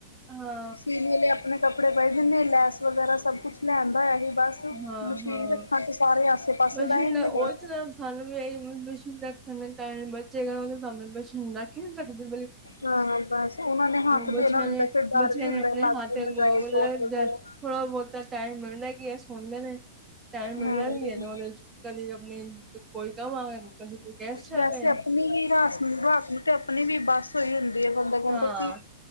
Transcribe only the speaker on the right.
ਹਾਂ।
ਹਾਂ
ਹਾਂ
ਪਸੀਨਾ
ਉਹੀ
ਤਾਂ ਸਾਨੂੰ ਵੀ ਇਹ ਮਸ਼ੀਨ ਰੱਖਣ ਬੱਚੇ <unintelligible> ਸਾਹਮਣੇ ਮਸ਼ੀਨ ਰੱਖ ਹੀ ਨਹੀਂ ਸਕਦੇ।
ਬੱਚਿਆਂ
ਨੇ
ਬੱਚਿਆਂ
ਨੇ ਆਪਣੇ
ਹੱਥ <unintelligible>
ਥੋੜਾ ਬਹੁਤਾ ਟਾਈਮ ਮਿਲਦਾ ਕਿ ਇਹ ਸੌਦੇ ਨੇ। ਟਾਈਮ ਮਿਲਣਾ
ਵੀ ਏ ਤੇ ਉਹਦੇ 'ਚ ਕਦੇ ਆਪਣੀ ਕੋਈ ਕੰਮ ਆ ਕਦੇ ਕੋਈ ਗੈਸਟ
ਆ ਗਏ ਆ।
ਹਾਂ